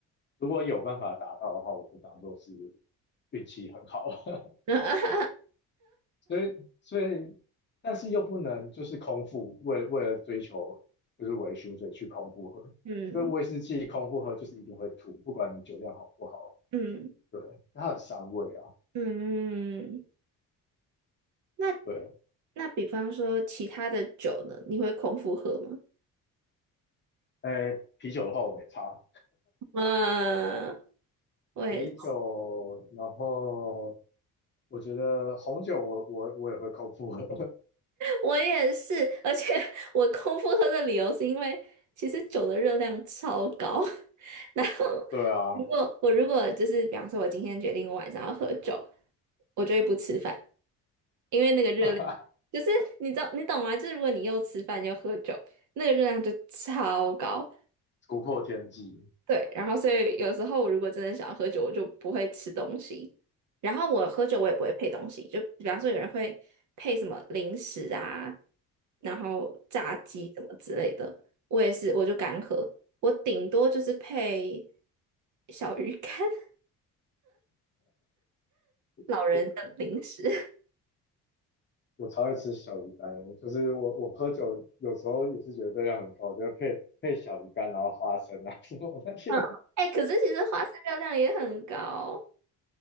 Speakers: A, on the left (about 30°); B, on the right (about 55°).
A: 如果有办法达到的话，我就当做是运气很好。<laughs>
B: <laughs>
A: 所以所以，但是又不能就是空腹，为了为了追求就是微醺，所以去空腹喝，
B: 嗯
A: 因为威士忌空腹喝就是一定会吐，不管你酒量好不好，
B: 嗯
A: 对，它很伤胃啊，
B: 嗯，那
A: 对，
B: 那比方说其他的酒呢，你会空腹喝吗？
A: 哎，啤酒的话我没差，
B: 嗯，我也
A: 啤酒，然后我觉得红酒我我我也会空腹喝，
B: 我也是，而且 <laughs> 我空腹喝的理由是因为其实酒的热量超高，<laughs> 然后
A: <laughs> 对啊，
B: 如果我如果就是比方说我今天决定我晚上要喝酒，我就会不吃饭，因为那个热量
A: <laughs>
B: 就是你知道你懂吗？就是如果你又吃饭又喝酒，那个热量就超高，
A: 突破天际。
B: 对，然后所以有时候我如果真的想要喝酒，我就不会吃东西。然后我喝酒我也不会配东西，就比方说有人会配什么零食啊，然后炸鸡什么之类的，我也是我就干喝，我顶多就是配小鱼干、<laughs>
A: <laughs>
B: 老人的零食。
A: 我。
B: <laughs>
A: 我超爱吃小鱼干，就是我我喝酒有时候也是觉得热量很高，就是配配小鱼干，然后花生啊什么那些
B: 嗯，哎、可是其实花生热量也很高，